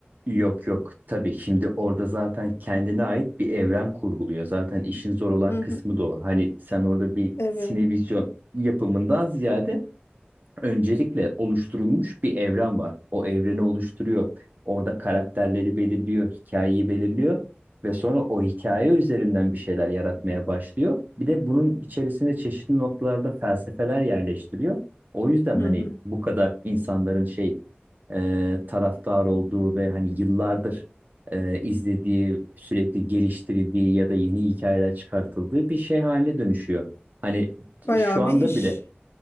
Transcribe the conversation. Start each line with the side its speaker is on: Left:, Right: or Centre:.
Right: Yok yok tabii şimdi orada zaten kendine ait bir evren kurguluyor. Zaten işin zor olan
Left: Hı
Right: kısmı
Left: hı.
Right: da o. Hani sen orada bir
Left: Evet.
Right: sinevizyon yapımından ziyade öncelikle oluşturulmuş bir evren var. O evreni oluşturuyor. Orada karakterleri belirliyor, hikayeyi belirliyor ve sonra o hikaye üzerinden bir şeyler yaratmaya başlıyor. Bir de bunun içerisine çeşitli noktalarda felsefeler yerleştiriyor. O yüzden
Left: Hı
Right: hani
Left: hı.
Right: bu kadar insanların şey e, taraftar olduğu ve hani yıllardır e, izlediği, sürekli geliştirildiği ya da yeni hikayeler çıkartıldığı bir şey haline dönüşüyor. Hani
Left: Bayağı
Right: şu anda
Left: bir iş.
Right: bile